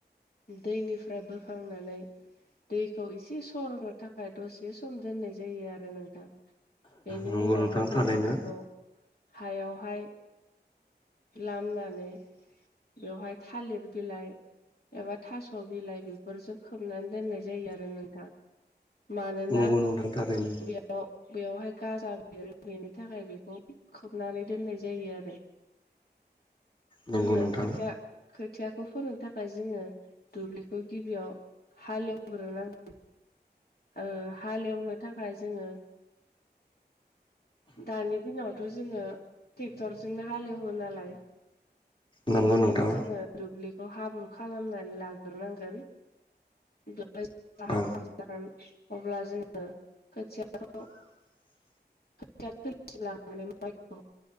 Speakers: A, on the left; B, on the left.
A: दैनिफ्राय बोखांनानै दैखौ इसे सर'नो थाखाय दसे सम दोननाय जायो आरो नोंथां । बेनि
B: नंगौ
A: उनावहाय
B: नोंथां
A: जोङो
B: थारैनो
A: बेखौ हायावहाय लामनानै बेवहाय थालिर बिलाइ एबा थास' बिलाइ बेफोरजों खोबनानै दोननाय जायो आरो नोंथां । मानोना
B: नंगौ नोंथां थारैनो
A: बेयाव बेयावहाय गाजा बेरो बेनि थाखाय बेखौ खोबनानै दोननाय जायो आरो ।
B: नंगौ
A: जोंनो
B: नोंथां
A: खोथिया खो खोथियाखौ फोनो थाखाय जोङो दुब्लिखौ गिबियाव हालेवग्रोनांगौ । ओ हालेवनो थाखाय जोङो दानि दिनावथ' जोङो ट्रेक्टरजोंनो हालेवो नालाय ।
B: नंगौ
A: बेनिखायनो
B: नोंथां
A: जोङो दुब्लिखौ हाब्रु खालामनानै लाग्रोनांगोन ।
B: औ
A: <unintelligible> अब्ला जोङो खोथियाखौ
B: <inaudible>
A: खोथिया थिलिसिम लांनानै मायखौ